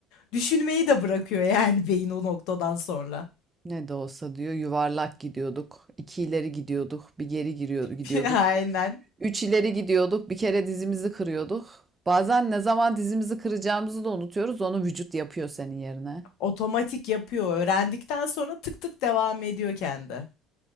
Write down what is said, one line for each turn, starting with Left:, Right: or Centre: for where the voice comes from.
Left: Düşünmeyi de bırakıyor yani <laughs> beyin o noktadan sonra.
Right: Ne de olsa diyor yuvarlak gidiyorduk. İki ileri gidiyorduk. Bir geri giriyor, gidiyorduk.
Left: <laughs> Aynen.
Right: Üç ileri gidiyorduk. Bir kere dizimizi kırıyorduk. Bazen ne zaman dizimizi kıracağımızı da unutuyoruz. Onu vücut yapıyor senin yerine.
Left: Otomatik yapıyor. Öğrendikten sonra tık tık devam ediyor kendi.